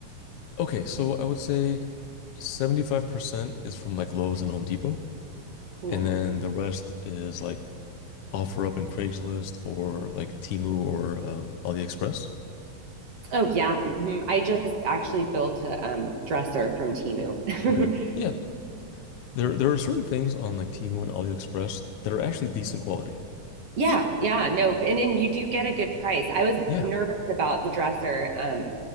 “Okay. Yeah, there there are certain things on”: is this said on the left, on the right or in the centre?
Left